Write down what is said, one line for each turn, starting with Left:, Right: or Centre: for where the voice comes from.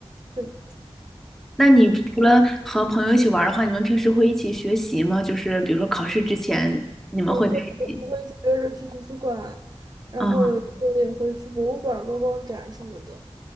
Right: 对，
Centre: 那你除了和朋友一起玩儿的话，你们平时会一起学习吗？就是比如说考试之前，你们会在一起？
Right: 我会我会约着去图书馆，然后有的时候也会去博物馆逛逛展什么的。
Centre: 嗯